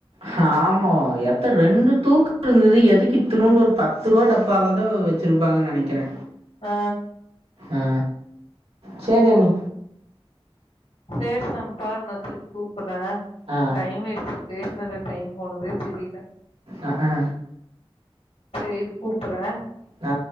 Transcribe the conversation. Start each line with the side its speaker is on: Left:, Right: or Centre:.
Right: ஹாமா எத்த ரெண்டு தூக்கு இருந்தது எதுக்கு இத்துனுன்டு ஒரு பத்து ரூவா டப்பாலதா வெச் சிருப்பாங்க நெனைக்கிறே
Left: ஆ
Right: அ சேரி அண்ணி
Left: சேரி சம்பா நா திருப்பி கூப்புறே
Right: ஆ
Left: டைம் ஆயிருச்சு பேசுனதுல டைம் போனதே தெரியல
Right: அ அ
Left: செரி இரு கூப்புறே
Right: அ